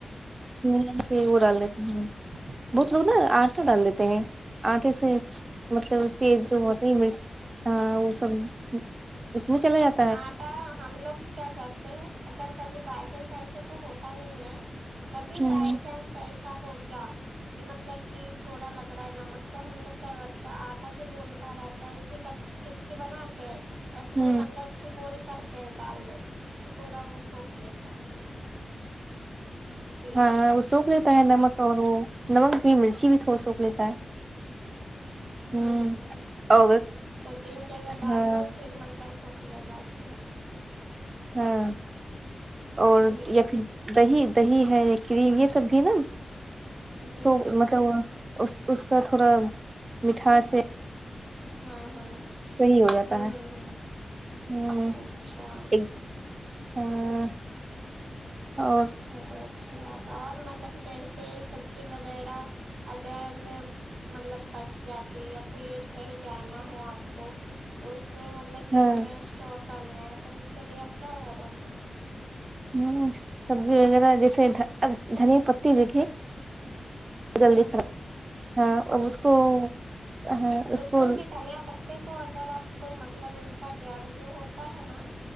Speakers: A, on the right; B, on the right.
A: اس میں سے ہی وہ ڈال لیتے ہیں بہت لوگ نا آٹا ڈال لیتے ہیں آٹے سے مطلب
B: جی
A: تیز جو
B: جی
A: ہوتی
B: جی
A: مرچ آ وہ سب اس میں چلا جات
B: آٹا ہم لوگ کیا کرتے ہیں اگر کبھی بائی چانس ایسے تو ہوتا نہیں ہے کبھی
A: ہ
B: بائی چانس ایسا ہو کیا کی مطلب کی تھوڑا لگ رہا ہے نمک تو ہم لوگ کیا کرتے ہیں آٹا جو گوندتا رہتا ہے اسی کا ٹکی بنا کے اس
A: ہ
B: میں مطلب کی ہول کر کے ڈال دیتے پورا وہ سوکھ لیتا ہے جی
A: ہاں وہ سوکھ لیتا ہے نمک اور وہ نمک بھی مرچی بھی وہ سوکھ لیتا ہے
B: ہمم
A: ہ
B: ہمم ہمم
A: اور
B: تو تین جگہ ڈال
A: ہاں
B: دو پھر مطلب سوکھ لے گا اچھے سے
A: ہاں اور
B: جی
A: یا فر دہی دہی ہے کریم یہ سب بھی نا
B: جی
A: سو
B: جی
A: مطلب اس اس کا تھوڑا مٹھاس ہے
B: ہاں ہاں
A: صحیح ہو جاتا
B: ہمم ہمم
A: ہے ہ
B: ہمم اچھا
A: ایک ہاں اور
B: چلیے اچھی بات اور مطلب کہ جیسے سبزی وغیرہ اگر مطلب بچ جاتی یا پھر کہیں جانا ہو آپ کو تو اس میں م طلب کہ
A: ہاں
B: ہمیں اسٹور کرنا ہے تو اس کے لیے آپ کیا کرو گے
A: ہمم سبزی وغیرہ جیسے اب دھنی پتی جو جلدی
B: ہوں
A: خراب
B: ہوں
A: ہاں ا
B: جی
A: اس
B: جی
A: کو ہاں اسکول
B: اس کو بھی دھنیا پتے کو اگر آپ مطلب اس کا جڑ جو ہوتا ہے نا